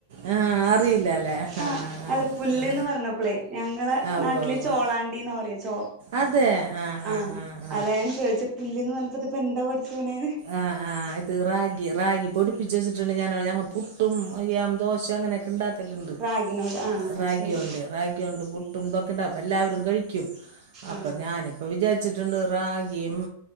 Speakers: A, on the right; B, on the right.
A: ആ അറിയില്ല അല്ലേ ആ ആ
B: ആഹ്
A: ആ
B: അല്ല പു പുല്ല്ന്ന്
A: ആ
B: പറഞ്ഞപ്പളേ ഞങ്ങളെ
A: ആ
B: നാട്ടില്
A: ഉവ്വ ഉവ്വ
B: ചോളാണ്ടിന്നാ പറയാ ചോ
A: അതെ ആഹ്
B: ആ
A: ആഹ് ആഹ്
B: അതാ ഞൻ ചോയിച്ചെ പുല്ല്ന്ന് പറഞ്ഞപ്പോ ഇത്പ്പെന്താ പടച്ചോനേന്ന്
A: ആഹ് ആഹ് ഇത് റാഗി റാഗി പൊടി പ്പിച്ച് വെച്ചിട്ടുണ്ട് ഞാൻ ഞങ്ങൾ പുട്ടും, അയ്യം ദോശ അങ്ങനെയൊക്കെണ്ടാക്കല്ണ്ട്
B: റാഗിനോട് ആ അത്
A: റാഗിയോണ്ട്
B: ശരി
A: റാഗിയോണ്ട് പുട്ടും ഇതൊക്കെണ്ട അപ്പെല്ലാവരും കഴിക്കും അപ്പൊ
B: ആ
A: ഞാനി പ്പൊ വിചാരിച്ചിട്ട്ണ്ട് റാഗിയും